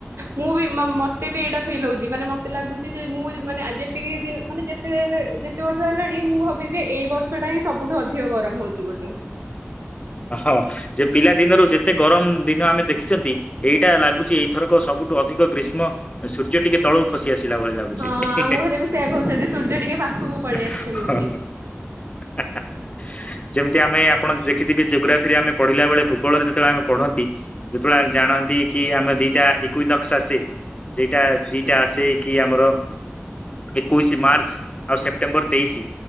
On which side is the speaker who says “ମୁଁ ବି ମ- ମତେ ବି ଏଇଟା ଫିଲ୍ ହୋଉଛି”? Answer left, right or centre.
Right